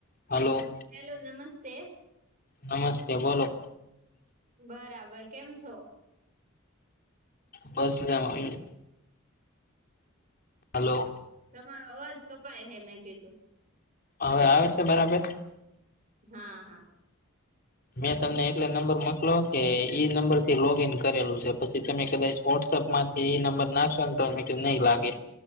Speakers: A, on the left; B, on the right.
A: Hello
B: hello નમસ્તે
A: નમસ્તે બોલો
B: બરાબર કેમ છો
A: બસ મજામાં હલો
B: તમારો અવાજ કપાય હે મેં કેજો
A: હવે આવે સે બરાબર
B: હા હા
A: મેં તમને એટલે નંબર મોકલો કે ઈ નંબર થી લોગઈન કરેલું છે પછી તમે કદાચ વોટ્સઅપ માંથી એ નંબર નાખશને તોને કે નહી લાગે